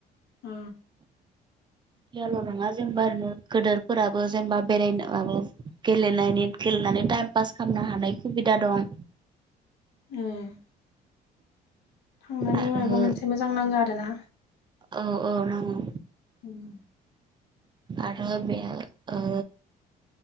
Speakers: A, on the left; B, on the right.
A: अ
B: सल' नङा जेनेबा ओरनो ग गोदोरफोराबो जेनेबा बेरायनोबो गेलेनायनि गेलेनानै टाइम पास खालामनो हानाय सुबिदा दं
A: उम थांनानै
B: आरो
A: माबा मोनसे मोजां नाङो आरो ना।
B: औ औ नंगौ।
A: उम
B: आरो बेयो ओ